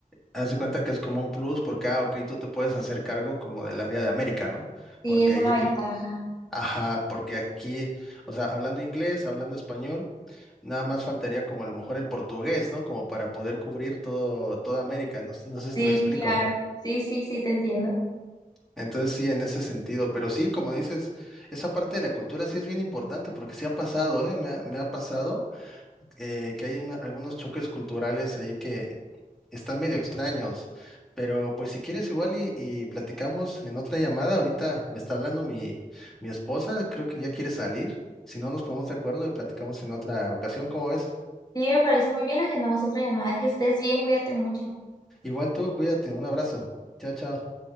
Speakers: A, in the centre; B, on the left.
A: Haz de cuenta que es como un plus porque, ah, ok, tú te puedes hacer cargo como del área de América, ¿no?
B: sí,
A: Porque
B: es
A: ahí,
B: una ventaja.
A: ajá, porque aquí, o sea, hablando inglés, hablando español, nada más faltaría como a lo mejor el portugués, ¿no? Como para poder cubrir todo, toda América, no, s- no sé si
B: Sí,
A: me explico.
B: claro. Sí, sí, sí, te entiendo.
A: Entonces sí, en ese sentido, pero sí, como dices, esa parte de la cultura sí es bien importante porque sí ha pasado, ¿eh? Me ha, me ha pasado eh, que hay una- algunos choques culturales ahí que están medio extraños, pero pues si quieres igual y, y platicamos en otra llamada, ahorita me está hablando mi, mi esposa, creo que ya quiere salir, si no nos ponemos de acuerdo y platicamos en otra ocasión, ¿cómo ves?
B: Sí, me parece muy bien. Agendamos otra llamada. Que estés bien, cuídate mucho.
A: Igual tú, cuídate, un abrazo, chao, chao.